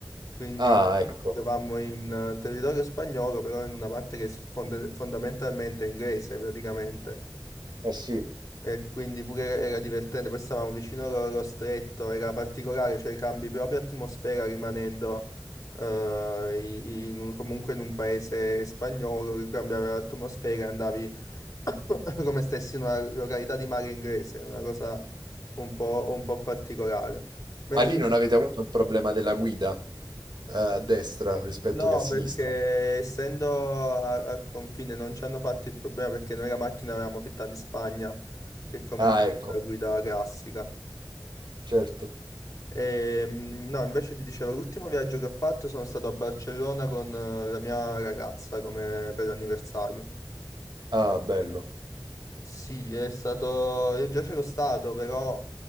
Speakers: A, on the left; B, on the right.
A: Quindi
B: Ah, ecco.
A: Eravamo in eh, territorio spagnolo, però in una parte che è fonda- fondamentalmente è inglese praticamente.
B: Eh sì.
A: E quindi pure era divertente. Poi stavamo vicino allo, allo stretto, era particolare, cioè cambi proprio atmosfera rimanendo eh, i- in un- comunque in un paese spagnolo, cambiava l'atmosfera, andavi <coughs> come stessi in una località di mare inglese, una cosa un po', un po' particolare. Mentre...
B: Ma lì non avete avuto il problema della guida eh, a destra rispetto
A: No,
B: che a sinistra?
A: perché essendo a- al confine non ci hanno fatto il problema perché noi la macchina l'avevamo fitta di Spagna, che comunque
B: Ah, ecco,
A: è la guida classica.
B: certo.
A: E, mm, no, invece ti dicevo, l'ultimo viaggio che ho fatto sono stato a Barcellona con eh, la mia ragazza come per l'anniversario.
B: Ah, bello.
A: Sì, è stato. Io già c'ero stato, però